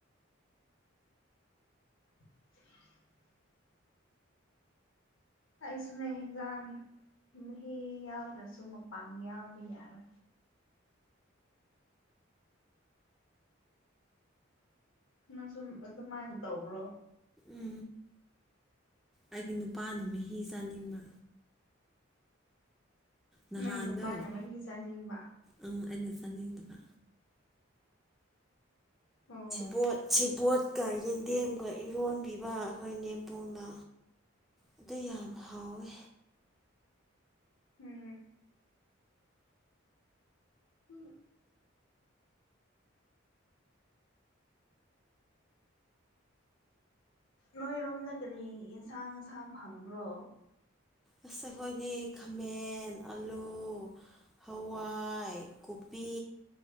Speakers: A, on the left; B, in the centre.
A: <inaudible> ꯑꯩꯁꯨꯃꯦ ꯍꯖꯥꯡ ꯃꯤ ꯌꯥ ꯗꯁꯣ ꯃꯄꯥꯡꯒ ꯌꯥꯗꯤ ꯌꯥꯔ ꯅꯪ ꯁꯨꯝ ꯑꯗꯨꯃꯥꯏꯅ ꯇꯧꯕ꯭ꯔꯣ
B: ꯎ ꯑꯩꯒꯤ ꯅꯨꯄꯥꯅ ꯃꯍꯤ ꯆꯥꯅꯤꯡꯕ ꯅꯍꯥꯟꯗꯣ
A: ꯅꯪ ꯅꯨꯄꯥꯅ ꯃꯍ ꯆꯥꯅꯤꯡꯕ
B: ꯑꯪ ꯑꯩꯅ ꯆꯥꯅꯤꯡꯗꯕ
A: ꯑꯣ
B: ꯕꯣꯠ ꯁꯤꯕꯣꯠꯀ ꯌꯦꯟꯗꯦꯝꯒ ꯏꯔꯣꯟ ꯄꯤꯕ ꯑꯩꯈꯣꯏ ꯅꯦꯝꯄꯣꯡꯅ ꯑꯗꯨ ꯌꯥꯝ ꯍꯥꯎꯋꯦ
A: ꯎꯝ ꯎꯝ ꯅꯣꯏꯔꯣꯝꯗ ꯀꯔꯤ ꯌꯦꯟꯁꯥꯡ ꯉꯟꯁꯥꯡ ꯐꯪꯕ꯭ꯔꯣ
B: ꯑꯁ ꯑꯩꯈꯣꯏꯗꯤ ꯈꯥꯃꯦꯟ ꯑꯥꯂꯨ ꯍꯋꯥꯏ ꯀꯣꯕꯤ